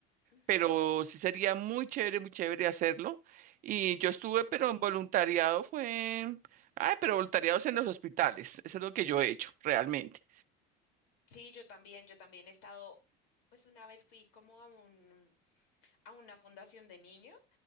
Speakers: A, on the left; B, on the right.
A: Ujú.
B: pero sí sería muy chévere, muy chévere hacerlo. Y yo estuve,
A: Sí,
B: pero en voluntariado fue, ay, pero voluntariados en los hospitales, eso es lo que yo he hecho realmente.
A: sí, yo también, yo también he estado, pues una vez fui como a un, a una fundación de niños